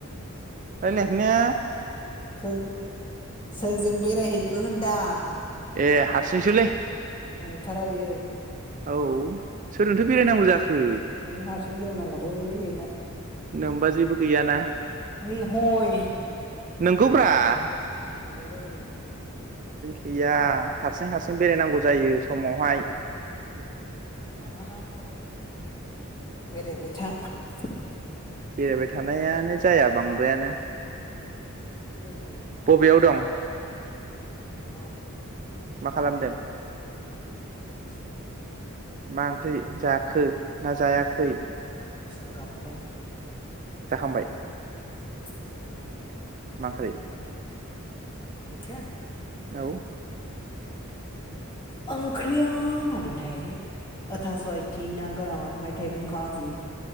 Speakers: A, on the right; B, on the left.
A: रायलायाखैनो।
B: सोर सोरजों बेरायहैखो होनदां?
A: ए हारसिंसोलै ।
B: नंथारा बेयो ।
A: औ सोरजोंनोथ' बेरायनांगौ जाखो?
B: नों हारसिं गोदान नांगौबाथाय गैला ।
A: नोंमबाजैबो गैयाना ।
B: नै हय ।
A: नंगौब्रा ।
B: गैया जाबोगोन ।
A: गैया हारसिं हारसिं बेरायनांगौ जायो समावहाय ।
B: नङाहायथ थगायदों बेरायबाय था ।
A: बेरायबाय थानायानो जाया बांद्रायानो ।
B: जाया जायो
A: बबेयाव दं?
B: नआव ।
A: मा खालामदों?
B: बिसि
A: मा ओंख्रि? जाखो ना जायाखै?
B: बिसनायाव गाखोबाय।
A: जाखांबाय
B: हो।
A: माख्रै।
B: ओंख्रिया।
A: औ।
B: ओंख्रिया मामोनथाय ओ थास आथिं ना गोरान ओमफाय थाइबें खाजि।